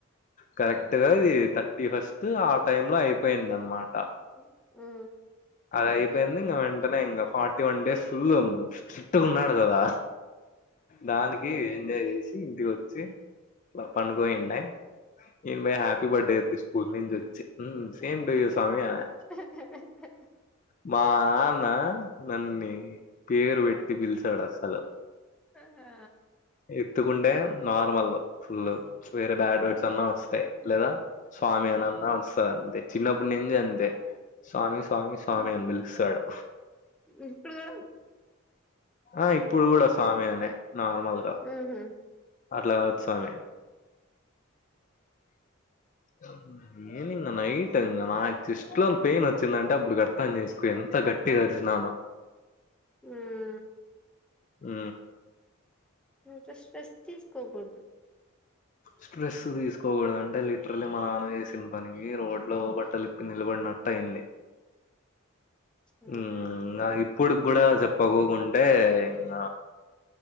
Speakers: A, on the left; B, in the centre.
A: కరెక్ట్ గా ఇది థర్టీ ఫస్ట్ ఆ టైమ్ లో అయిపోయింది అన్నమాట.
B: మ్ హూ
A: అయిపోయింది ఇంక వెంటనే ఇంక ఫార్టీ వన్ డేస్ ఫుల్ నిష్ఠగున్నాడు కదా దానికి ఎంజాయ్ చేసి ఇంటికి వచ్చి పడుకోండే నేను పోయి హ్యాపీ బర్త్డే చెప్తి స్కూల్ నుంచి సేమ్ టు యు స్వామి అనా
B: హ్ హ్ హ
A: మా నాన్న నన్ని పేరు పెట్టి పిలచడసలు.
B: ఆహా!
A: ఎత్తుకుంటే నార్మల్ ఫుల్ వేరే బ్యాడ్ వర్డ్స్ అన్నా వస్తాయి. లేదా స్వామి అనన్నా వస్తాది అంతే. చిన్నప్పుడు నుంచి అంతే. స్వామి స్వామి స్వామి
B: ఆ
A: అని పిలుస్తాడు.
B: ఇప్పుడు గూడా
A: ఆ ఇప్పుడు కూడా స్వామి అనే నార్మల్ గా
B: మ్ హు
A: అట్లా కాదు స్వామి అ నిన్న నైట్ ఇంగ నాకు చెస్ట్ లో పెయిన్ వచ్చిందంటే అప్పుడు అర్తం చేసుకో ఎంత గట్టి ఏడ్చినాను
B: మ్
A: ఉ
B: ఇంత స్ట్రెస్ తీసుకోకూడదు.
A: స్ట్రెస్ తీసుకోకూడదు అంటే లిటరలీ మన నాన్న చేసిన పనికి రోడ్ లో బ నిలబడినట్టు అయింది.
B: సరే
A: మ్ నా ఇప్పుడు కూడా చెప్పకోకుంటే ఇంగ